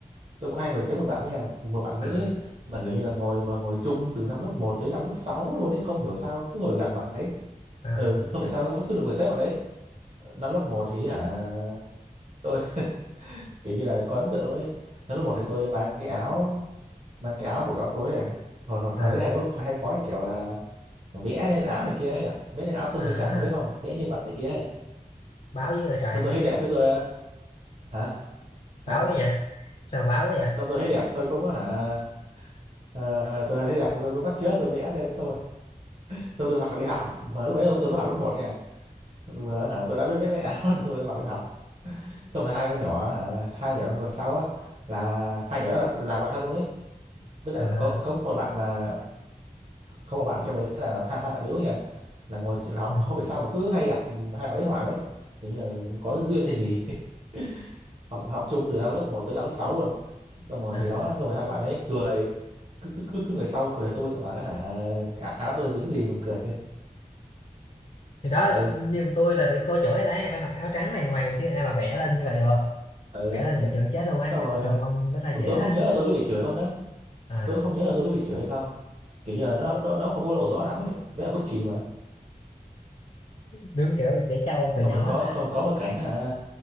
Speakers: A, on the right; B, on the left.
A: tôi có hay ngồi kế một bạn nha một bạn nữ
B: à
A: ấy mà kiểu như là ngồi mà ngồi chung từ năm lớp một tới năm lớp 6 luôn ấy không hiểu sao cứ ngồi gần bạn đấy
B: à
A: ừ không hiểu sao cứ được người xếp bạn đấy năm lớp một thì hả tôi kiểu như là có ấn tượng luôn ấy tháng lớp một thì tôi mang cái áo mang cái áo của cậu tôi ấy hồi hồi, hồi
B: à
A: đấy hay có hay có cái kiểu là vẽ lên áo này kia ấy. vẽ lên áo sơ
B: à
A: mi trắng không biết không vẽ nhân vật này kia ấy.
B: báo với ơi trời
A: Xong tôi thấy đẹp cái tôi hả sao
B: báo quá vậy sao mà báo quá vậy
A: Xong tôi thấy đẹp tôi cũng hả Ờ, tôi thấy đẹp xong tôi cũng bắt chước tôi vẽ lên xong rồi xong tôi mặc đi học mà lúc đấy tôi, tôi mới học lớp một nha mà hả tôi đã biết vẽ lên áo <laughs> xong rồi tôi mặc đi học xong rồi hai con nhỏ hả hai nhỏ ngồi sau á là hai nhỏ đó là, là bạn thân luôn đấy với lại
B: à
A: có có một bạn là có một bạn trong đấy là hai, hai bạn nữ nha là ngồi là học
B: Ừ.
A: không phải sao mà cứ hay gặp hai bạn ấy hoài đấy kiểu như là có duyên hay gì <laughs> học học chung từ năm lớp một tới năm lớp 6 luôn xong rồi
B: à
A: thì đó xong rồi hai bạn ấy cười cứ cứ cứ, cứ người sau cười tôi xong bảo đó hả cái áo tôi dính gì mình cười <laughs>
B: thì đó
A: ừ
B: như tôi là bị cô chửi rồi đấy phải mặc áo trắng đàng hoàng chứ ai mà vẽ lên như vậy được
A: ừ
B: vẽ lên là bị chửi chết luôn ấy
A: xong rồi
B: trường
A: à,
B: ông rất là dễ
A: tôi, tôi không nhớ là tôi có bị chửi không đó
B: à
A: tôi không nhớ là tôi có bị chửi hay không kiểu như là nó nó nó không có lộ rõ lắm ấy với là bút chì mà
B: đứng kiểu trẻ trâu từ
A: xong
B: nhỏ
A: rồi có xong rồi có một cảnh á hả